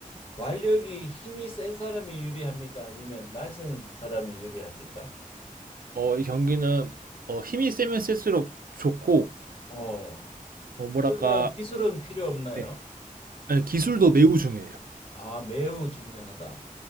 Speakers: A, on the left; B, on the right.
A: 완력이 힘이 센 사람이 유리합니까? 아니면 날쌘 사람이 유리합니까?
B: 어이 경기는 어 힘이 세면 셀수록 좋고
A: 어.
B: 어 뭐랄까
A: 그러면 기술은 필요 없나요?
B: 네. 아니, 기술도 매우 중요해요.
A: 아, 매우 중요하다.